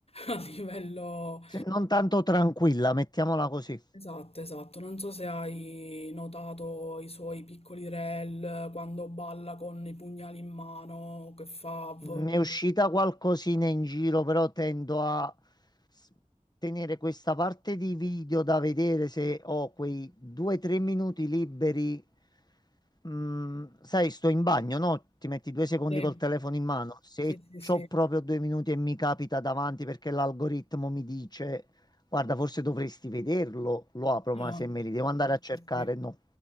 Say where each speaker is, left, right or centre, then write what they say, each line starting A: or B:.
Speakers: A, on the left; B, on the left.
A: a livello...
B: Se non tanto tranquilla, mettiamola così.
A: Esatto, esatto. Non so se hai notato i suoi piccoli reel quando balla con i pugnali in mano, che fa... v-
B: Mi è uscita qualcosina in giro, però tendo a s- tenere questa parte di video da vedere se ho quei due o tre minuti liberi. Mm, sai, sto in bagno, no? Ti metti due secondi
A: Sì.
B: col telefono in mano. Se
A: Sì, sì,
B: c'ho
A: sì.
B: proprio due minuti e mi capita davanti perché l'algoritmo mi dice, guarda, forse dovresti vederlo, lo apro,
A: No,
B: ma se me li devo andare
A: sì, sì,
B: a cercare,
A: sì.
B: no,